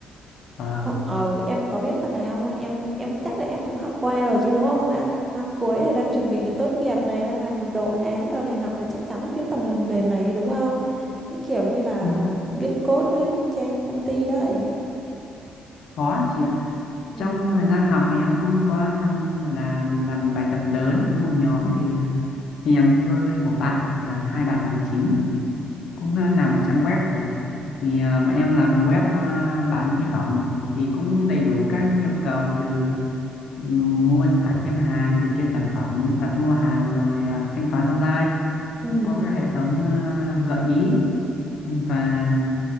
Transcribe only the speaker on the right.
Họ- ờ, em có biết phần này không ạ? em em chắc là em cũng học qua rồi chứ đúng không là năm cuối thì đang chuẩn bị để tốt nghiệp này đang làm đồ án đồ này nọ thì chắc chắn là biết phần làm mềm này chứ đúng không cái kiểu như là
ờ, viết code ấy, như trang cho công ty đấy
Ừ.
Ừ.